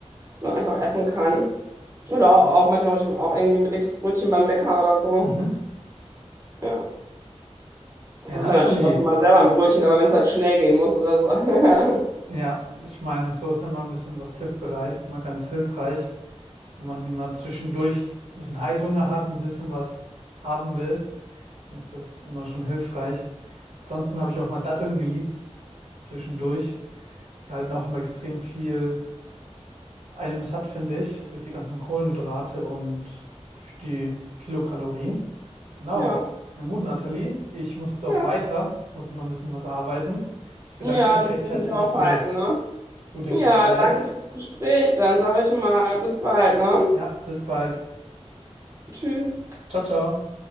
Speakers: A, on the right; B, on the right.
A: was man einfach essen kann. Oder auch, manchmal hole ich mir auch irgendwie ein belegtes Brötchen beim Bäcker oder so.
B: Mhm.
A: Ja, ich
B: Ja,
A: mache
B: Nathalie.
A: mir natürlich auch schon mal selber ein Brötchen, aber wenn es halt schnell gehen muss oder so. <laughs>
B: Ja, ich meine, so ist immer ein bisschen was griffbereit. Ist mal ganz hilfreich. Wenn man hier mal zwischendurch ein bisschen Heißhunger hat, ein bisschen was haben will, dann ist das immer schon hilfreich. Ansonsten habe ich auch mal Datteln geliebt, zwischendurch. Die halten auch immer extrem viel einem satt, finde ich, durch die ganzen Kohlenhydrate und durch die Kilokalorien. Genau.
A: Ja,
B: Na gut, Nathalie, ich muss jetzt auch
A: ja.
B: weiter. Ich muss jetzt noch ein bisschen was arbeiten. Ich bedanke
A: Ja,
B: mich
A: durch
B: recht
A: will ich
B: herzlich
A: nicht aufhalten,
B: für das
A: ne?
B: gute
A: Ja,
B: Gespräch.
A: danke fürs Gespräch. Dann sage ich mal, bis bald, ne?
B: Ja, bis bald.
A: Tschüss.
B: Ciao, ciao.